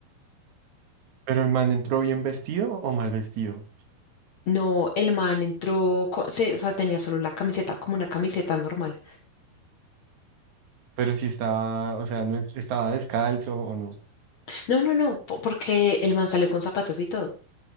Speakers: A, on the right (about 55°); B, on the left (about 55°).
A: Pero el man entró bien vestido o mal vestido.
B: no, el man entró, co- se- o sea, tenía solo la camiseta, como una camiseta normal.
A: Pero si estaba, o sea, no es- estaba descalzo o no.
B: No, no, no, po- porque el man salió con zapatos y todo.